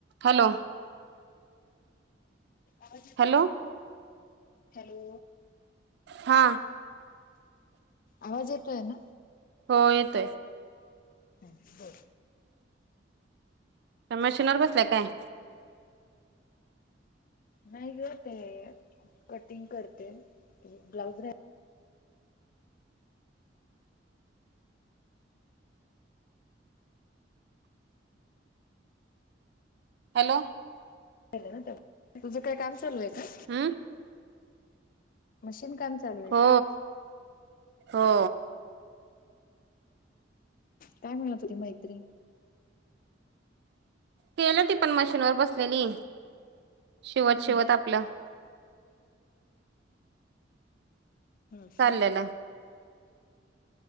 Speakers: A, on the right; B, on the left.
A: Hello
B: आवाज
A: hello
B: hello
A: हा
B: आवाज येतोय ना
A: हो येतोय
B: बर
A: मशीनवर बसलाय काय
B: नाही ग ते कटिंग करते ब्लाउज रा
A: हॅलो
B: ना तुझं काय काम चालूय का
A: अम
B: मशीन काम चालूय
A: हो
B: का
A: हो
B: काय म्हणणार ती मैत्री
A: केलं ती पण मशीनवरर बसलेली शिवत
B: हम्म.
A: शिवत आपलं
B: हो का
A: चाललेलं